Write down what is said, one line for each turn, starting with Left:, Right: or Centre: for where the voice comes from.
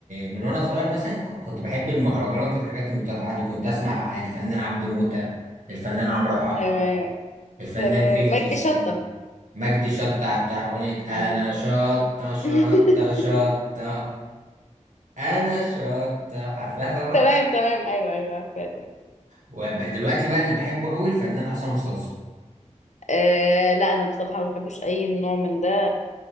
Right: من وانا صغير مثلا ك- كنت بحب المهرجانات والحاجات المترقعه دي كنت اسمع الفنان عبده موتة الفنان عمرو حاحه
Left: أيوة أيوة.
Right: الفنان
Left: تمام
Right: 50
Left: مجدي
Right: سل-
Left: شطة
Right: مجدي شطة بتاع اغنية انا
Left: مم.
Right: شطة شطة
Left: <laughs>
Right: شطة انا شطة عارفاها طبعا
Left: تمام تمام أيوة أيوه عارفة تمام
Right: ودلوقتي بقى اللي بحبه قوي الفنان عصام صاصا
Left: أه لا أنا بصراحة ما بحبش أي نوع من ده